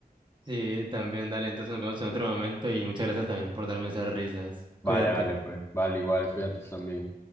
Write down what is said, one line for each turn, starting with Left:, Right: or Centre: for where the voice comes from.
Right: Sí, también, dale, entonces nos vemos en otro momento y muchas gracias también por darme esas risas.
Left: Vale,
Right: Cuídate.
Left: vale, pues, vale, igual, cuídate también.